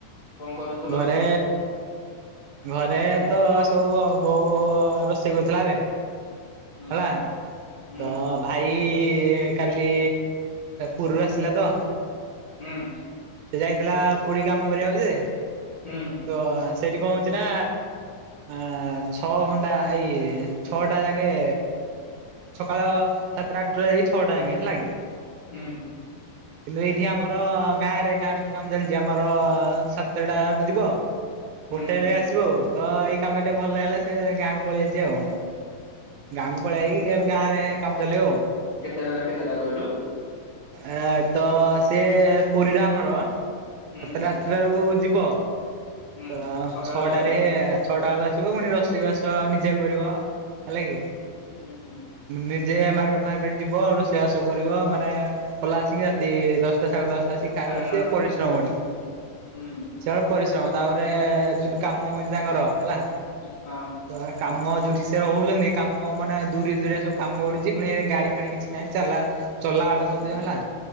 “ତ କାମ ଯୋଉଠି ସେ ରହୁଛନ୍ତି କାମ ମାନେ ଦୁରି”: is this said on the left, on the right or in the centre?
Right